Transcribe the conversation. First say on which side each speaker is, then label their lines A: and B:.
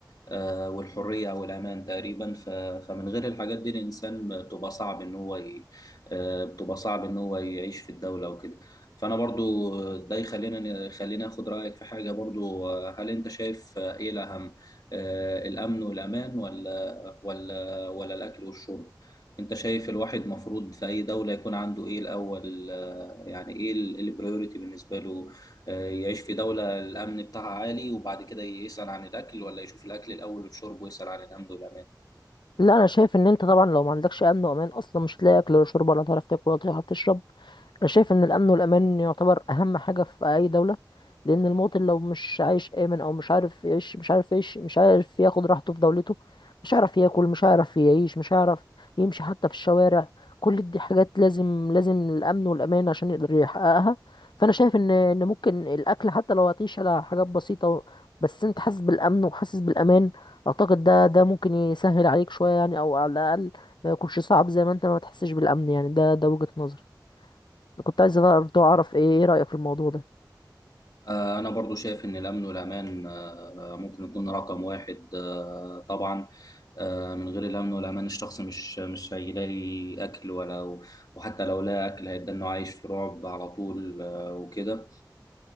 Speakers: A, on the left (about 55°); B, on the left (about 80°).
A: آه، والحرية أو الأمان تقريبا ف- فمن غير الحاجات دي الإنسان بتبقى صعب إن هو ي... آه، بتبقى صعب إن هو يعيش في الدولة وكده فأنا برضو ده يخلينا خلينا آخد رأيك في حاجة برضو آه، هل أنت شايف آه، إيه الأهم آه، الأمن والأمان ولا ولا ولا الأكل والشرب؟ أنت شايف الواحد مفروض في أي دولة يكون عنده إيه الأول آه، يعني إيه البريوريتي بالنسبة له آه، يعيش في دولة الأمن بتاعها عالي وبعد كده يسأل عن الأكل ولا يشوف الأكل الأول والشرب ويسأل عن الأمن والأمان
B: لا انا شايف ان انت طبعا لو ما عندكش امن وامان اصلا مش هتلاقي اكل ولا شرب ولا تعرف تاكل ولا تعرف تشرب انا شايف ان الامن والامان يعتبر اهم حاجه في اي دوله لان المواطن لو مش عايش امن او مش عارف يعيش مش عارف يعيش مش عارف ياخد راحته في دولته مش هيعرف ياكل مش هيعرف يعيش مش هيعرف يمشي حتى في الشوارع كل دي حاجات لازم لازم الامن والامان عشان يقدر يحققها فانا شايف ان ان ممكن الاكل حتى لو هتعيش على حاجات بسيطه بس انت حاسس بالامن وحاسس بالامان اعتقد ده ده ممكن يسهل عليك شوية يعني او على الاقل ما يكونش صعب زي ما انت ما تحسش بالامن يعني ده ده وجهة نظري كنت عايز برضه اعرف ايه ايه رأيك في الموضوع ده
A: آه، أنا برضو شايف إن الأمن والأمان آه، ممكن يكون رقم واحد آه، طبعا آه، من غير الأمن والأمان الشخص مش مش هيلاقي أكل ولا وحتى لو لقى أكل هيبدأ إنه عايش في رعب على طول آه، وكده